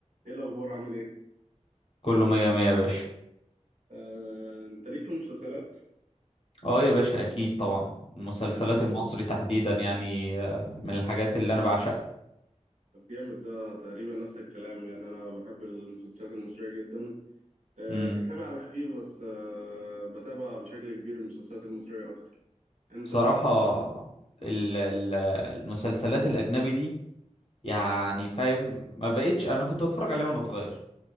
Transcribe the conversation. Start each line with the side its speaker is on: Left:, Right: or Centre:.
Right: ايه الاخبار عامل ايه
Left: كله مية مية يا باشا
Right: آه، انت ليك في المسلسلات
Left: اه يا باشا اكيد طبعا المسلسلات
Right: آه،
Left: المصري تحديدا يعني آه، من الحاجات اللي انا بعشقها
Right: طب جامد ده تقريبا نفس الكلام يعني انا بحب المسلسلات المصريه جدا آه،
Left: امم
Right: اجنبي على خفيف بس آه، بتابع بشكل كبير المسلسلات المصريه اكتر انت
Left: بصراحة ال- ال- المسلسلات الاجنبي دي يعني فاهم ما بقتش انا كنت بتفرج عليها وانا صغير